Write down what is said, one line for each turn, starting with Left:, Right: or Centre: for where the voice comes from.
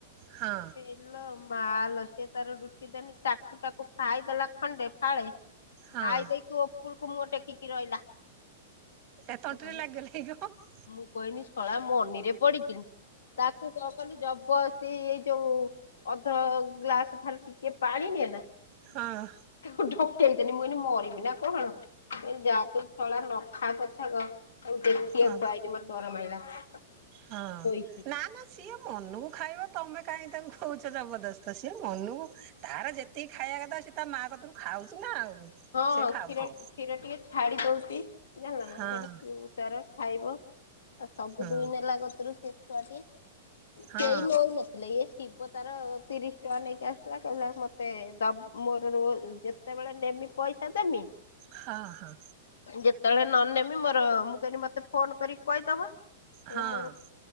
Right: ହଁ।
Left: ଇଲୋ ମାଲ ସେତାର ରୁଟି ଦେନି ଟାକୁ ଟାକୁ ଖାଇଦେଲା ଖଣ୍ଡେ ଫାଳେ।
Right: ହଁ
Left: ଖାଇଦେଇକି ଉପରୁକୁ ମୁଁହଁ ଟେକିକି ରହିଲା।
Right: ତା
Left: ମୁଁ
Right: ତଣ୍ଟରେ
Left: କହିଲି
Right: ଲାଗିଗଲା କି କଣ?
Left: ମୁଁ କଇନି ଶଳା ମନିରେ ପଡ଼ିକିନି ତାକୁ କ ଖାଲି ଜବରଦସ୍ତି ଏଇ ଯୋଉ ଅଧ ଗ୍ଲାସ୍ ଖାଲି ଟିକେ ପାଣି ନିଏନା
Right: ହଁ।
Left: ତାକୁ ଡକେଇଦନି ମୁଁକଇନି ମରିମିନା କଣ ମୁକଇନି ଯାତୁ ଶଳା ନଖାପ ତାକୁ ଦେଖିଆକୁ
Right: ହଁ
Left: ଆଇଲି ମତେ ଡର ମାଇଲା।
Right: ହଁ
Left: ଶୋଇଛି।
Right: ନାଁ ନାଁ ସିଏ ମନକୁ ଖାଇବ ତମେ କାହିଁ ତାଙ୍କୁ ଖୋଉଚ ଜବରଦସ୍ତ ସିଏ ମନକୁ ତାର ଯେ ତିକିକି ଖାଇବା କଥା ସେତା ମା କତରୁ ଖାଉଚିନା ଆଉ।
Left: ହଁ
Right: ସେ ଖାଉଥିବ
Left: କ୍ଷୀର କ୍ଷୀର ଟିକେ ଛାଡ଼ିଦଉଚି। ଜାଣିଲନା
Right: ହଁ
Left: ମୁକଇନି ପିଉତାର ଖାଇବ ଆଉ ସବୁ
Right: ହୁଁ
Left: ଦୁଇ ନେଲା କତରୁ ସେଛୁଆଟିଏ
Right: ହଁ
Left: କେହି ନଉନ ହେଲେ ଏ ଶିବ ତାର ତିରିଶି ଟଙ୍କା ନେଇକି ଆସିଲା କହିଲା ମତେ ଦ ମୋର ରୋ ଯେ ଯେତେବେଳେ ନେମି ପଇସା ଦେମି
Right: ହଁ ହଁ।
Left: ଯେତେବେଳେ ନନେମି ମୋର ମୁଁ କଇଲି ମତେ ଫୋନ୍ କରିକି କହିଦେବ କଇଲେ
Right: ହଁ
Left: ମୋର